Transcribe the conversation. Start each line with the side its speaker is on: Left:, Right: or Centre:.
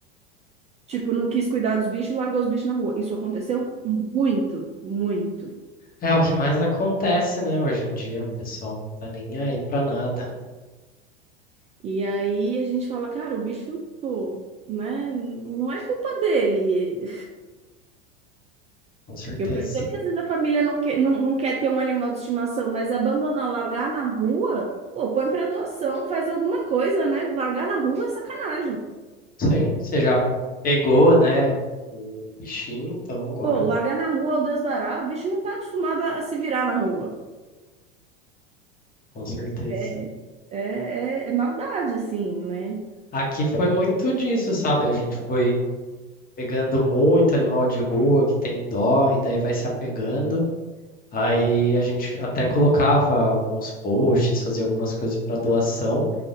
Right: Tipo, não quis cuidar dos bichos, largou os bichos na rua. Isso aconteceu muito, muito.
Left: É o que mais acontece, né? Hoje em dia, o pessoal não tá nem aí pra nada,
Right: E aí a gente fala, cara, o bicho, pô, né? Não é culpa dele.
Left: com certeza.
Right: Eu percebo que às vezes a família não quer, não, não quer ter um animal de estimação, mas abandonar, largar na rua, pô, põe pra doação, faz alguma coisa, né? Largar na rua é sacanagem.
Left: Sim, você já pegou, né, o bichinho, então agora,
Right: Pô, largar na rua, o Deus dará, o bicho não tá acostumado a, a se virar na rua.
Left: com certeza.
Right: É, é, é é maldade, assim, né?
Left: Aqui foi muito disso, sabe? A gente foi pegando muito animal de rua que tem dó, e daí vai se apegando. Aí a gente até colocava alguns posts, fazia algumas coisas para doação,